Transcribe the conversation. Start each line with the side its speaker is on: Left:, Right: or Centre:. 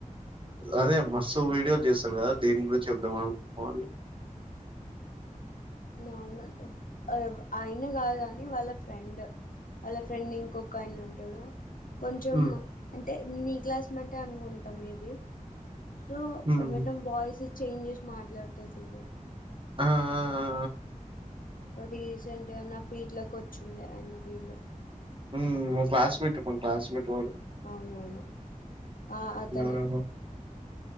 Right: అదే మస్తు వీడియోలు చేస్తాడు కదా దేని గురించి చెప్దాం అనుకొని
Left: నార్మల్ ఆహ్ ఆయన కాదు కానీ వాళ్ళ ఫ్రెండ్, వాళ్ళ ఫ్రెండ్ ఇంకొక ఆయన ఉంటాడు కొంచెం
Right: హ్మ్.
Left: అంటే నీ క్లాస్ మెంటే అనుకుంటా మీది సో
Right: హ్మ్.
Left: ఏమంటే వాయిస్ చేంజెస్ మాట్లాడుత చూడు
Right: ఆ ఆ ఆ
Left: రీసెంట్ గా నా పీడ్ లోకి వచ్చిండే ఆయన రీళ్లు
Right: మ్ మా క్లాస్మేట్ మా క్లాస్మేట్ వాడు
Left: అవునవును ఆ! అతనే.
Right: ఆహా